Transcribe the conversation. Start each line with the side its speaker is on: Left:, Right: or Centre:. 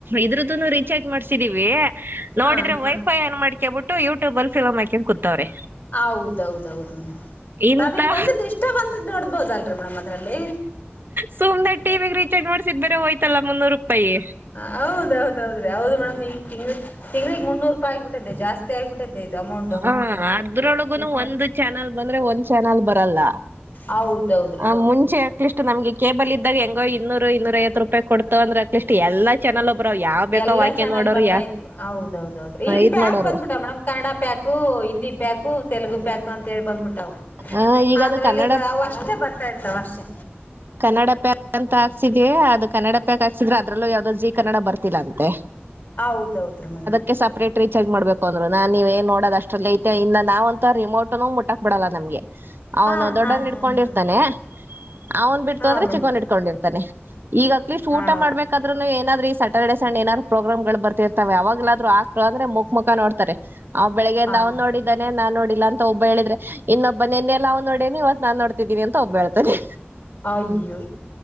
Right: ಇದ್ರದ್ದುನು ರೀಚಾರ್ಜ್ ಮಾಡ್ಸಿದೀವಿ ನೋಡಿದ್ರೆ
Left: ಹಾ ಹಾ
Right: ವೈಫ್ ಫೈ ಆನ್ ಮಾಡ್ಕೊಬಿಟ್ಟು ಯೂಟ್ಯೂಬ್ಲ ಫಿಲ್ಮ್ ಹಾಕ್ಯಂಡ್ ಕುತವ್ರೆ.
Left: ಹೌದೌದೌದು
Right: ಇಂತಾ
Left: ತಮಿಗ್ ಬಂದಿದ್ ಇಷ್ಟ ಬಂದಿದ್ದ್ ನೋಡ್ಬೋದಲ್ರಿ ಮೇಡಮ್ ಅದ್ರಲ್ಲಿ.
Right: ಸುಮ್ನೆ ಟಿವಿಗ್ ರೀಚಾರ್ಜ್ ಮಾಡ್ಸಿದ್ ಬೇರೆ ಹೋಯ್ತಲ್ಲ ಮುನ್ನೂರ್ ರೂಪಾಯಿ.
Left: ಹೌದೌದೌದ್ರಿ ಹೌದು ಮೇಡಮ್ ಈಗ ತಿಂಗ್ ತಿಂಗ್ಳಿಗ್ ಮುನ್ನೂರುಪಾಯ್ ಆಗ್ಬಿಟೈತೆ ಜಾಸ್ತಿ ಆಗ್ಬಿಟ್ಟೈತೆ. ತೆದ್ ಅಮೌಂಟ್.
Right: ಹಾ ಅದ್ರೊಳೊಗುನು ಒಂದ್ ಚಾನಲ್ ಬಂದ್ರೆ ಒಂದ್ ಚಾನಲ್ ಬರಲ್ಲ
Left: ಹೌದೌದ್ರಿ
Right: ಆ ಮುಂಚೆ ಅಟ್ಲೀಸ್ಟ್ ನಮ್ಗೆ ಕೇಬಲ್ ಇದ್ದಾಗ ಹೆಂಗೋ ಇನ್ನೂರು ಇನ್ನೂರ್ ಐವತ್ ರೂಪಾಯಿ ಕೊಡ್ತು ಅಂದ್ರೆ. ಲಷ್ಟಿ ಎಲ್ಲಾ ಚಾನಲ್ ಒಬ್ರ ಯಾವ್ ಬೇಕ
Left: ಎಲ್ಲಾ
Right: ವಾಕ್ಯ
Left: ಚಾನಲ್
Right: ನೋಡರು
Left: ಬರ್ತಾ
Right: ಯ
Left: ಇದ್ವು ಹೌದೌದೌದ್ರಿ ಈಗ
Right: ಇದ್
Left: ಪ್ಯಾಕ್
Right: ಮಾಡೋರು.
Left: ಬಂದ್ಬಿಟ್ಟ ಮೇಡಮ್ ಕನ್ನಡ ಪ್ಯಾಕ್ ಊ ಹಿಂದಿ ಪ್ಯಾಕು ತೆಲ್ಗು ಪ್ಯಾಕು ಅಂತ ಹೇಳಿ ಬಂದ್ಬಿಟವ,
Right: ಆ ಈಗ
Left: ಅದ್ರಲ್ಲಿ
Right: ಅದು ಕನ್ನಡ
Left: ಬ ಅವಷ್ಟೇ ತ ಇರ್ತವ್ ಅಷ್ಟೇ.
Right: ಕನ್ನಡ ಪ್ಯಾಕ್ ಅಂತ ಹಾಕ್ಸಿದವಿ ಅದು ಕನ್ನಡ ಪ್ಯಾಕ್ ಹಾಕ್ಸಿದ್ರೆ ಅದ್ರಲ್ಲೂ ಯಾವ್ದೋ ಜಿ ಕನ್ನಡ ಬರ್ತಿಲ್ಲ ಅಂತೆ.
Left: ಹೌದೌದ್ರೀ ಮೇಡಮ್.
Right: ಕೆ ಸಪ್ರೇಟ್ ರೀಚಾರ್ಜ್ ಮಾಡ್ಬೇಕು ಅಂದ್ರು ನಾನ್ ಏನ್ ನೀವ್ ನೋಡದ್ ಅಷ್ಟರಲ್ಲೇ ಐತೆ ಇನ್ನ್ ನಾವ್ ಅಂತು ರಿಮೋಟನು ಮುಟಕ್ ಬಿಡಲ್ಲ ನಮ್ಗೆ ಅವ್ನು
Left: ಹಾ
Right: ದೊಡೋನ್
Left: ಹಾ
Right: ಇಡ್ಕೊಂಡಿರ್ತಾನೆ.
Left: ಹಾ ಹಾ
Right: ಅವ್ನ್ ಬಿಡ್ತು
Left: ಹಾ
Right: ಅದ್ರೆ
Left: ಮೇಡಮ್
Right: ಚಿಕ್ಕೊನ್ನ್ ಇಟ್ಕೊಂಡಿರ್ತಾನೆ ಈಗ್ ಅಟ್ಲೀಸ್ಟ್
Left: ಹಾ
Right: ಊಟ ಮಾಡ್ಬೇಕಾದ್ರು ಏನಾದ್ರೂ ಸ್ಯಾಟರ್ಡೆ ಸಂಡೆ ಏನಾದರು ಪ್ರೋಗ್ರಾಂ ಗಳು ಬರ್ತಿರ್ತಾವ ಅವಾಗಲ್ಲಾದ್ರು ಆಕರು ಅಂದ್ರೆ ಮುಖ್ ಮುಖ ನೋಡ್ತಾರೆ. ಅವ ಬೆಳಿಗ್ಯಿಂದ
Left: ಹಾ
Right: ಅವ್
Left: ಹಾ.
Right: ನೋಡಿ. ಇದೇ ನಾ ನೋಡಿಲ್ಲ ಅಂತ ಒಬ್ಬ ಹೇಳಿದ್ರೆ ಇನ್ನೊಬ್ಬ ನಿನ್ನೆಲ್ಲ ಅವ್ ನೋಡನ ಇವತ್ ನಾ ನೋಡ್ತಿದಿನಿ ಅಂತ ಒಬ್ಬ ಹೇಳ್ತನೆ.
Left: ಅಯ್ಯೋ.